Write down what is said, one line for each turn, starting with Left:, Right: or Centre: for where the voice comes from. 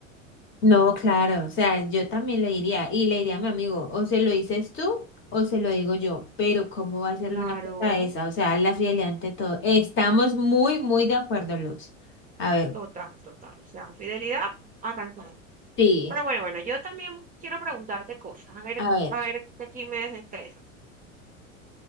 Left: No, claro, o sea, yo también le diría, y le diría a mi amigo, o se lo dices tú o se lo digo yo, pero ¿cómo va a hacerle
Right: Claro,
Left: una cosa a esa? O sea, la fidelidad ante todo. Estamos muy, muy de acuerdo, Luz. A ver,
Right: total, total. O sea, fidelidad, arrancando.
Left: sí,
Right: Pero bueno, bueno, yo también quiero preguntarte cosas. A ver,
Left: a ver.
Right: a ver, que aquí me desestreso.